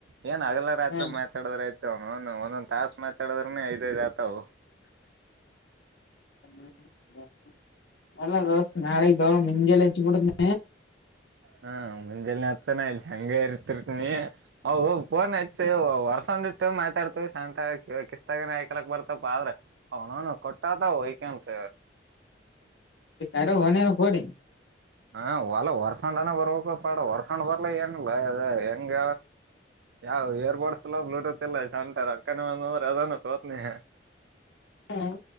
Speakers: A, on the right; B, on the left.
A: ಏನ್ ಅಗಲ ರಾತ್ರಿ
B: ಹ
A: ಮಾತಾ ್ರ ಆಯ್ತ ಅವ ಒಂದೊಂದ್ ತಾಸ ಮಾತಾಡದ್ರನೆ ಐದ್ ಐದ್ ಆತಾವ
B: ಹ್ಮ್ ಹ ನಲ್ಲ ದೋಸ್ೆ ನಾೆಗೆ ದೋರ ಮಿಂಜಲ್ಲ ಹೆಚ್ಚು ಬಿಡ್ತನ
A: ಹಾ ಮುಂಜೆ ಅಚ್ಚನ ಇಲಿ ಹಂಗ ಇರ್ತಿರ್ ನೀ ಅವು ಪೋನ್ ಹಚ್ಚಿ ವರ್ಸೊಂಡ ಇಟ್ಟು ಮಾತಾಡ್ತ ಶಂತ ಕಿಸ್ತಾಗ ಆಯಕಲ ಬರ್ತಪ ಆದ್ರೆ ಅವನಾನ ಕೊಟ್ಟತ ಹೊಯಕಂತ
B: ಅಾರ ಹೊನೆಲು ಕೊೋಡಿ
A: ಹಾ ಹೊಲ ಹೊರ್ಸಂಡ್ನ ಬರ್ಬೇಕ ಾಡ ಹೊರ್ಸಣ್ ಬರ್ಲ ಏನಿಲ್ಲ ಹೆಂಗ ಯಾವ ಇಯರ್ ಬಡ್ಸ್ ಇಲ್ಲ ಬ್ಲೂಟೂತ್ ಇಲ್ಲ ಟ ರಕ್ಕನೆ ಬಂದಂದ್ರೆ ಅದೆ ತೋರ್ತನ
B: ಹ್ಮ